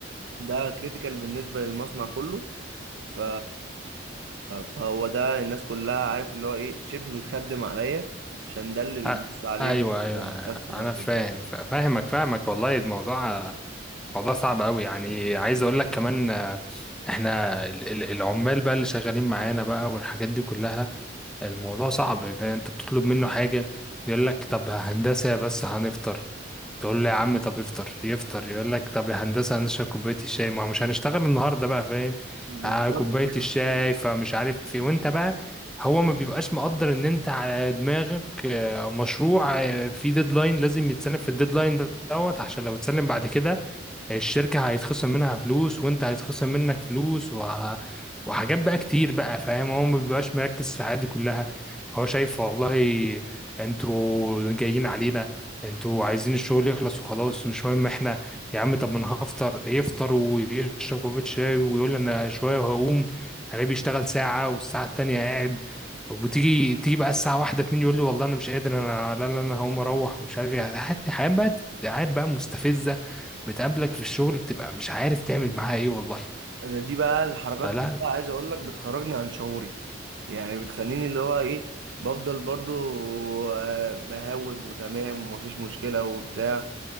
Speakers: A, on the right; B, in the centre.
A: ده كريتيكال بالنسبه للمصنع كله ف... فهو ده الناس كلها عارف اللي هو ايه شبه بتخدم عليا عشان ده اللي بيبص
B: أ-
A: عليه
B: ايوه ايوه
A: من كاستمرز
B: انا فاهم
A: وكده
B: فا- فاهمك فاهمك والله الموضوع موضوع صعب قوي يعني عايز اقول لك كمان آه، احنا ال- ال- العمال بقى اللي شغالين معانا بقى والحاجات دي كلها الموضوع صعب فانت بتطلب منه حاجة يقول لك طب هندسة بس هنفطر تقول له يا عم طب افطر يفطر يقول لك طب يا هندسه هنشرب كوبايه الشاي ما هو مش هنشتغل النهارده بقى فاهم
A: بالظبط
B: آه كوبايه
A: كده
B: الشاي فمش عارف ايه وانت بقى هو ما بيبقاش مقدر ان انت على دماغك آه، مشروع آه، في ديدلاين لازم يتسلم في الديدلاين دوت عشان لو اتسلم بعد كده الشركة هيتخصم منها فلوس وانت هيتخصم منك فلوس وه... وحاجات بقى كتير بقى فاهم هو ما بيبقاش مركز في الحاجات دي كلها هو شايف والله انتوا جايين علينا انتوا عايزين الشغل يخلص وخلاص مش مهم احنا يا عم طب ما انا هفطر يفطر ويشرب كوباية شاي ويقول انا شوية وهقوم انا بيشتغل ساعة والساعة التانية قاعد وتيجي تيجي بقى الساعة واحدة اتنين يقول لي والله انا مش قادر انا لا لا انا هقوم اروح ومش عارف ايه حياة حياة بقى حياة بقى مستفزة بتقابلك في الشغل بتبقى مش عارف تعمل معاها ايه والله
A: انا دي بقى الحركات
B: فلا
A: دي بقى عايز اقول لك بتخرجني عن شعوري يعني بتخليني اللي هو ايه بفضل برضو آه، بهود وتمام ومفيش مشكلة وبتاع